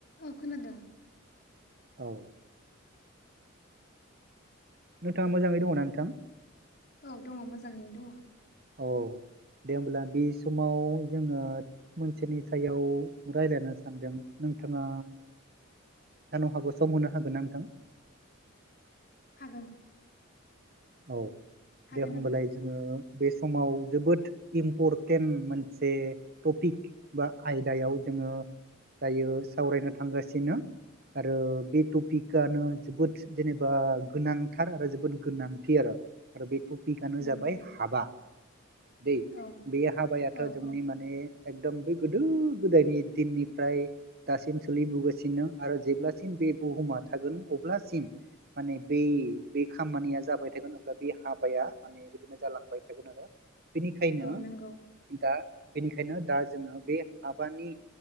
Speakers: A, on the left (about 50°); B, on the right (about 45°).
A: अ खोनादोंं
B: औ नोंथाङा मोजाङै दङना नोंथां
A: औ दङ मोजाङैनो दङ
B: औ दे होमब्ला बे समाव जोङो मोनसेनि सायाव रायज्लायनो सानदों नोंथाङा जानो हागौ सम मोनो हागोन ना नोंथां
A: हागोन
B: औ
A: हागोन
B: दे होमबालाय
A: नोंथां
B: जोङो बे समाव जोबोद इम्परटेन्ट मोनसे टपिक बा आयदायाव जोङो दायो सावरायनो थांगासिनो आरो बे टपिकआनो जोबोद जेनेबा गोनांथार आरो जोबोद गोनां थि आरो आरो बे टपिकनो
A: नंगौ
B: जाबाय हाबा दै
A: औ
B: बे हाबायाथ
A: औ
B: जोंनि
A: औ
B: माने एकदम बै गोदो गोदायनि दिननिफ्राय दासिम सोलिबोगासिनो आरो जेब्लासिम बे बुहुमा थागोन अब्लासिम माने‌‌ बै बै खामानिया जाब बाय थागोन अब्ला बे हाबाया माने बिदिनो जालांबाय थागोन आरो बेनिखायनो
A: औ नंगौ
B: दा बेनिखायनो दा जोङो बे हाबानि